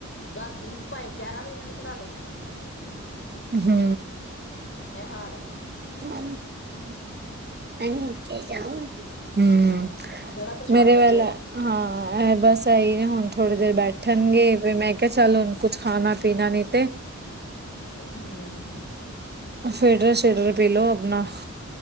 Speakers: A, on the left; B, on the right.
A: ਰਾਤੀ ਪਾਏ ਗਿਆਰਾਂ ਵਜੇ ਇਹਨਾਂ ਨੂੰ ਖਡਾ ਲੋ।
B: ਹੂੰ
A: ਇਹ ਹਾਲ ਏ।
B: <unintelligible> ਜਾੳ। ਹੂੰ
A: ਬੜਾ ਪਰੇਸ਼ਾਨ
B: ਮੇਰੇ
A: ਕਰਦੇ
B: ਵੱਲ
A: ਹੈ
B: ਹਾਂ ਇਹ ਬਸ ਇਹੀ ਨੇ ਹੁਣ ਥੋੜੀ ਦੇਰ ਬੈਠਣਗੇ ਫਿਰ ਮੈਂ ਕ ਚਲੁ ਕੁਛ ਖਾ ਪੀਣਾ ਵੀ ਤੇ
A: ਹੂੰ <unintelligible>
B: ਫੇਡਰ, ਸ਼ੇਡਰ ਪੀਲਓ ਅਪਣਾ।